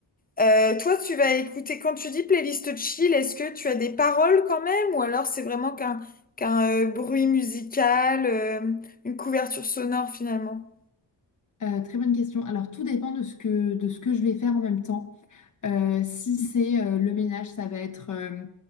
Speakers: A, on the left; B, on the left.
A: Euh, toi, tu vas écouter, quand tu dis playlist chill, est-ce que tu as des paroles quand même ou alors c'est vraiment qu'un qu'un euh, bruit musical, euh, une couverture sonore finalement?
B: Euh, très bonne question. Alors, tout dépend de ce que, de ce que je vais faire en même temps. Euh, si c'est euh, le ménage, ça va être... euh,